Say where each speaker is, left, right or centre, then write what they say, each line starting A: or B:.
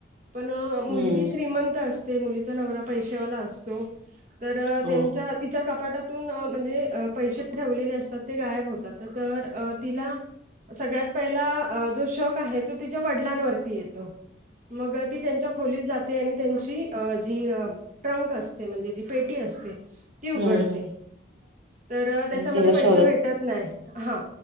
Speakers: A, on the right; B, on the right.
A: पण
B: हम्म
A: मुलगी श्रीमंत अस मुलीचा नवरा पैशवाला असतो तर
B: हो
A: त्यांच्या तिच्या कपाटातून म्हणजे पैसे ठेवलेले असतात ते गायब होतात तर तिला सगळ्यात पहिला जो शक आहे तो तिच्या वडिलांवरती येतो मग ती त्यांच्या खोलीत जाते आणि त्यांची अ जी ट्रंक असते म्हणजे जी पेटी असते ती उघडते
B: हम्म
A: तर त्याच्यामध्ये
B: त्याच्या
A: पैसे
B: शोधत
A: भेटत नाही हा